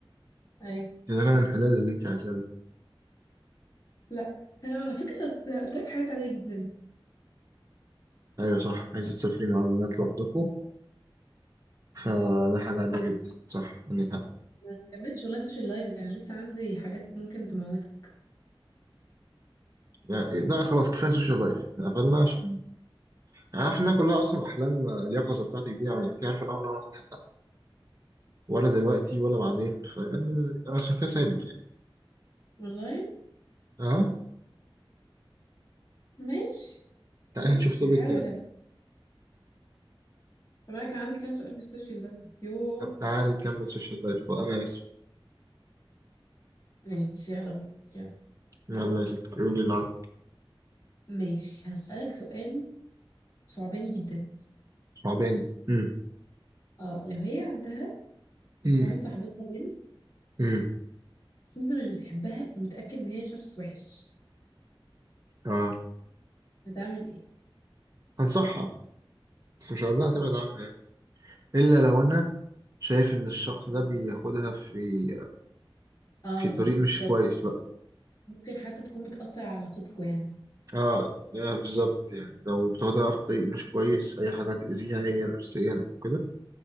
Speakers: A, on the left; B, on the right.
A: ايوه
B: اذا كان الحلال اللي انت عايزاه ده
A: لا آه، على فكره ده قلت لك حاجات عاديه جدا
B: ايوه صح عايزه تسافري مع البنات لوحدكم فده حاجه عاديه جدا صح عندك حق
A: ما كملتش والله سوشيال لايف انا لسه عندي حاجات ممكن تموتك
B: يعني ده خلاص كفايه سوشيال لايف احنا قفلنا عشان عارف انها كلها اصلا احلام آه، اليقظه بتاعتك دي يعني انت عارفه ان عمرها ما هتتحقق ولا دلوقتي ولا بعدين فيعني أنا عشان كده سايبك يعني
A: والله
B: اه
A: ماشي
B: تعالى
A: ماشي
B: نشوف توبيك
A: هحاول
B: تاني
A: أنا. طب انا كان عندي كام سؤال في السوشيال لايف يوه
B: طب تعالي نكمل سوشيال لايف بقى انا اسف
A: ماشي يلا بينا يلا
B: يلا يا ستي قولي اللي عندك
A: ماشي هسألك سؤال صعباني جدا
B: صعباني امم
A: اه لو هي عندها
B: امم
A: واحد صاحبتها بنت
B: امم
A: بس انت مش بتحبها ومتأكد ان هي شخص وحش
B: اه
A: هتعمل ايه
B: هنصحها بس مش هقول لها تبعد عنها يعني الا لو انا شايف ان الشخص ده بياخدها في
A: اه
B: في
A: ما
B: طريق
A: بالظبط
B: مش كويس بقى
A: ممكن حتى تكون بتأثر على علاقتكوا يعني
B: اه لا بالظبط يعني لو بتاخدها في طريق مش كويس اي حاجه تاذيها هي نفسيا كده